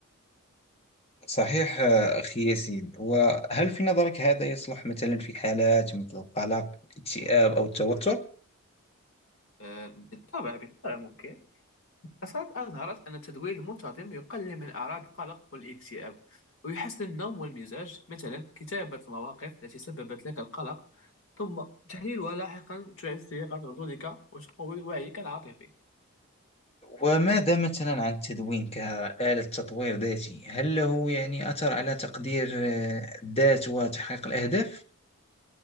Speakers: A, on the left (about 25°); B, on the left (about 70°).
A: صحيح آه، أخي ياسين وهل في نظرك هذا يصلح مثلا في حالات مثل القلق الاكتئاب أو التوتر
B: آه، بالطبع بالطبع ممكن دراسات أظهرت أن التدوير المنتظم يقلل من أعراض القلق والاكتئاب ويحسن النوم والمزاج مثلا كتابة المواقف التي سببت لك القلق ثم تحليلها لاحقا تعزز ثقة ردودك وتقوي وعيك العاطفي
A: وماذا مثلا عن التدوين كآلة تطوير ذاتي هل له يعني أثر على تقدير آه، الذات وتحقيق الأهداف